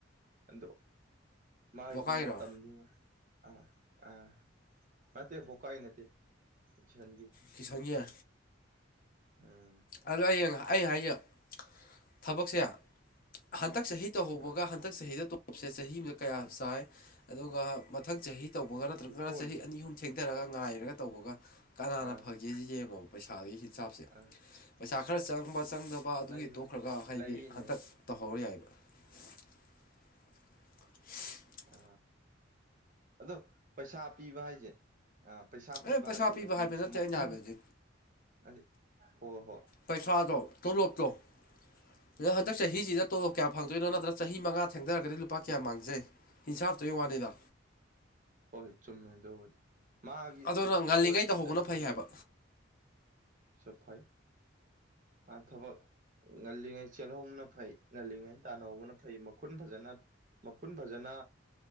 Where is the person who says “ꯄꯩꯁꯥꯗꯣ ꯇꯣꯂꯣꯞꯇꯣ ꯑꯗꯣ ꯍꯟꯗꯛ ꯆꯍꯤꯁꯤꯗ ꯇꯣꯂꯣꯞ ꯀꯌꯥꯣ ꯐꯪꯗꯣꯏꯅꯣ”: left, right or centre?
Left